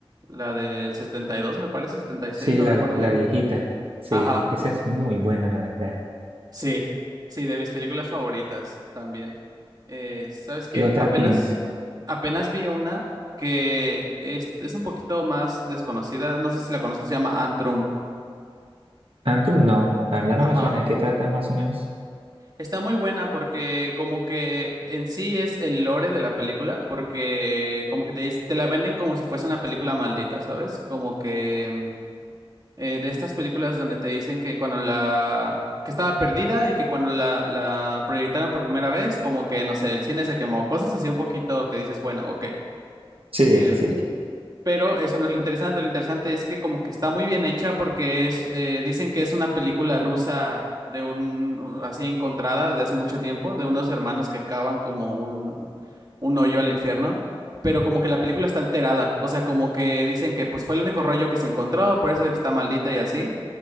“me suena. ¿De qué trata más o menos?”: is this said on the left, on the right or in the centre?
Right